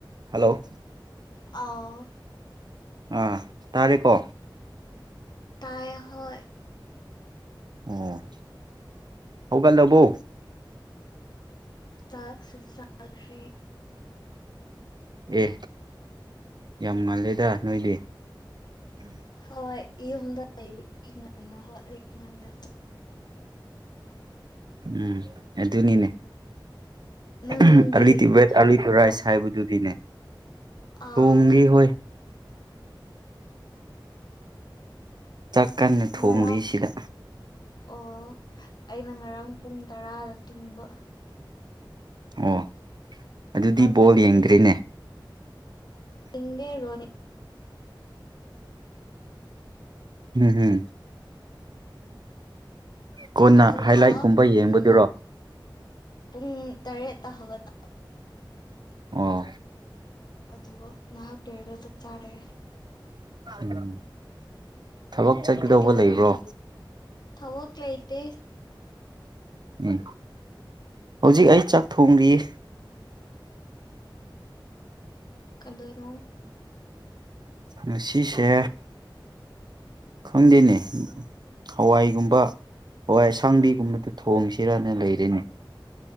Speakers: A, on the right; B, on the left.
A: Hello
B: ꯑꯥꯎ
A: ꯑ ꯇꯥꯔꯦꯀꯣ
B: ꯇꯥꯏꯌꯦ ꯍꯣꯏ
A: ꯑꯣ ꯍꯧꯒꯠꯂꯕꯣ
B: ꯆꯥꯛꯁꯨ ꯆꯥꯈ꯭ꯔꯦ
A: ꯑꯦ ꯌꯥꯝ ꯉꯜꯂꯦꯗ ꯅꯣꯏꯗꯤ
B: ꯍꯣꯏ ꯌꯨꯝꯗ ꯂꯩꯕꯒꯤ ꯉꯟꯅ ꯍꯣꯠꯂꯤ ꯉꯟꯅ
A: ꯎꯝ ꯑꯗꯨꯅꯤꯅꯦ early
B: ꯅꯪꯗꯤ
A: to bed
B: ꯊꯣꯡꯉꯕꯣ
A: early to ꯔꯥꯏꯁ ꯍꯥꯏꯕ ꯗꯨꯗꯤꯅꯦ ꯇꯣꯡꯒꯤ
B: ꯑꯥꯎ
A: ꯍꯣꯏ ꯆꯥꯛ ꯀꯟꯅ ꯊꯣꯡꯂꯤ
B: ꯉꯔꯥꯡ
A: ꯁꯤꯗ
B: ꯑꯣ ꯑꯩꯅ ꯉꯔꯥꯡ ꯄꯨꯡ ꯇꯔꯥꯗ ꯇꯨꯝꯕ
A: ꯑꯣ ꯑꯗꯨꯗꯤ
B: ꯑꯗꯨꯒ
A: ꯕꯣꯜ ꯌꯦꯡꯗ꯭ꯔꯦꯅꯦ
B: ꯄꯨꯡ ꯏꯪꯗꯦ ꯔꯣꯅꯦ
A: ꯎꯝ ꯍꯨꯝ ꯀꯣꯟꯅ
B: ꯑꯗꯨꯒ
A: ꯍꯥꯏꯂꯥꯏꯠꯀꯨꯝꯕ
B: ꯄꯨꯡ
A: ꯌꯦꯡꯕꯗꯨꯔꯣ
B: ꯄꯨꯡ ꯇꯔꯦꯠꯇ ꯍꯧꯒꯠꯄ
A: ꯑꯣ
B: ꯑꯗꯨꯒ ꯉꯥꯢꯍꯥꯛ ꯂꯩꯔꯒ ꯆꯛ ꯆꯥꯔꯦ
A: ꯎꯝ ꯊꯕꯛ ꯆꯠꯀꯗꯧꯕ
B: ꯀꯩꯗꯧꯔꯤ
A: ꯂꯩꯕ꯭ꯔꯣ
B: ꯊꯕꯛ ꯂꯩꯇꯦ
A: ꯎꯝ ꯍꯧꯖꯤꯛ ꯑꯩ ꯆꯥꯛ ꯊꯣꯡꯔꯤꯌꯦ
B: ꯀꯟꯗꯣꯏꯔꯣ
A: ꯉꯁꯤꯁꯦ ꯈꯪꯗꯦꯅꯦ ꯍꯋꯥꯏꯒꯨꯝꯕ ꯍꯋꯥꯏ ꯑꯁꯥꯡꯕꯤꯒꯨꯝꯕꯗꯨ ꯊꯣꯡꯁꯤꯔꯅ ꯂꯩꯔꯦꯅꯦ